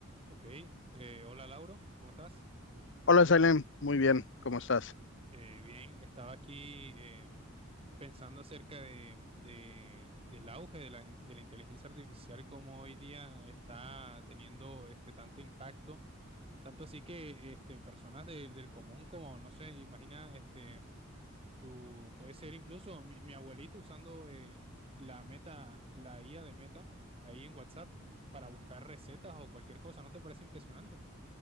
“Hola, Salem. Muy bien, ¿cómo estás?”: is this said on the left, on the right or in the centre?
Left